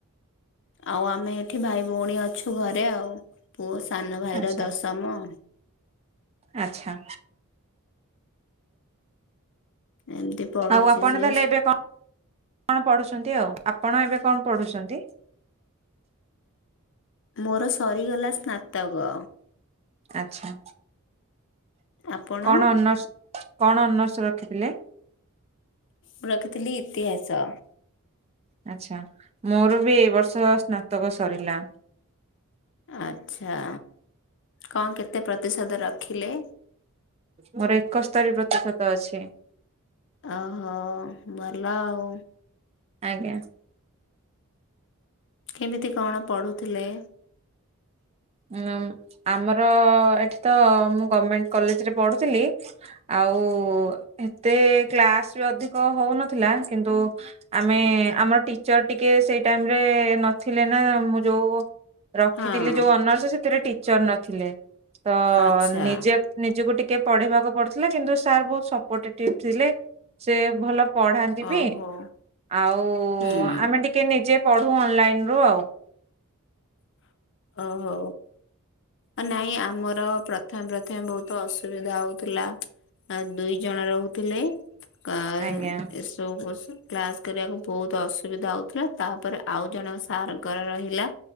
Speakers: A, on the left; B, on the right.
A: ଆଉ ଆମେ ଏଠି ଭାଇ ଭଉଣୀ ଅଛୁ ଘରେ ଆଉ ପୁଅ ସାନ ଭାଇର
B: ଆଚ୍ଛା
A: ଦଶମ।
B: ଆଚ୍ଛା।
A: ଏମିତି ପଢୁଛି
B: ଆଉ ଆପଣ
A: ସିଏ।
B: ତାହଲେ ଏବେ କଣ? କଣ ପଢୁଛନ୍ତି ଆଉ? ଆପଣ ଏବେ କଣ ପଢୁଛନ୍ତି?
A: ମୋର ସରିଗଲା ସ୍ନାତକ।
B: ଆଚ୍ଛା।
A: ଆପଣ?
B: କଣ ଅନର୍ସ କଣ ଅନର୍ସ୍ ରଖିଥିଲେ?
A: ମୁଁ ରଖିଥିଲି ଇତିହାସ।
B: ଆଚ୍ଛା ମୋର ବି ଏଇ ବର୍ଷ ସ୍ନାତକ ସରିଲା।
A: ଆଚ୍ଛା କଣ କେତେ ପ୍ରତିଶତ ରଖିଲେ?
B: ମୋର ଏକସ୍ତରୀ ପ୍ରତିଶତ ଅଛି।
A: ଓହୋ ଭଲ ଆଉ।
B: ଆଜ୍ଞା।
A: କେମିତି କଣ ପଢ଼ୁଥିଲେ?
B: ଉଁ ଆମର ଏଇଠି ତ ମୁଁ ଗମେଣ୍ଟ କଲେଜରେ ପଢୁଥିଲି। ଆଉ ଏତେ କ୍ଲାସ ବି ଅଧିକ ହଉନଥିଲା କିନ୍ତୁ ଆମେ ଆମର ଟିଚର୍ ଟିକେ ସେଇ ଟାଇରେ ନଥିଲେ ନା ମୁଁ ଯୋଉ ରଖିଥିଲି
A: ହଁ
B: ଯୋଉ ଅନର୍ସ ସେଥିରେ ଟିଚର୍ ନଥିଲେ ତ
A: ଆଚ୍ଛା
B: ନିଜେ ନିଜକୁ ଟିକେ ପଢେଇବାକୁ ପଡୁଥିଲା କିନ୍ତୁ ସାର୍ ବହୁତ ସପୋର୍ଟେଟିଭ୍ ଥିଲେ। ସେ ଭଲ ପଢ଼ାନ୍ତି ବି।
A: ଓହୋ
B: ଆଉ
A: ହୁଁ।
B: ଆମେ ଟିକେ ନିଜେ ପଢୁ ଅନଲାଇନରୁ ଆଉ।
A: ଓହୋ। ଅଁ ନାଇଁ ଆମର ପ୍ରଥମେ ପ୍ରଥମେ ବହୁତ ଅସୁବିଧା ହଉଥିଲା। ଆ ଦୁଇ ଜଣ ରହୁଥିଲେ। କାଁ
B: ଆଜ୍ଞା
A: ଏସବୁ <unintelligible> କ୍ଲାସ କରିବାକୁ ବହୁତ ଅସୁବିଧା ହଉଥିଲା। ତା ପରେ ଆଉ ଜଣ ସାରଙ୍କର ରହିଲା।